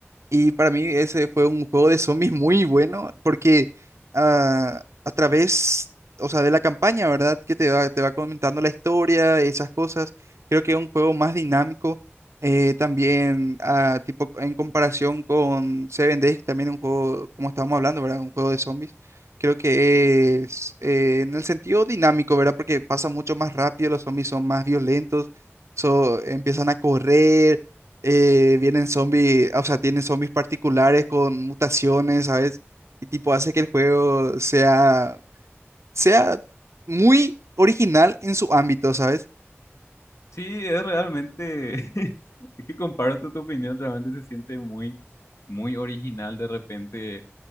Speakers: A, on the right; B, on the left.
A: Y para mí ese fue un juego de zombies muy bueno porque ah, a través, o sea, de la campaña, ¿verdad? Que te va, te va comentando la historia, esas cosas. Creo que es un juego más dinámico. eh, también, ah, tipo, en comparación con Seven Days, también un juego, como estábamos hablando, ¿verdad? Un juego de zombies. Creo que es eh, en el sentido dinámico, ¿verdad? Porque pasa mucho más rápido, los zombies son más violentos, so- empiezan a correr eh, vienen zombies, o sea, tienen zombies particulares con mutaciones, ¿sabes? Y tipo hace que el juego sea, sea muy original en su ámbito, ¿sabes?
B: Sí, es realmente, <laughs> es que comparto tu opinión, realmente se siente muy, muy original de repente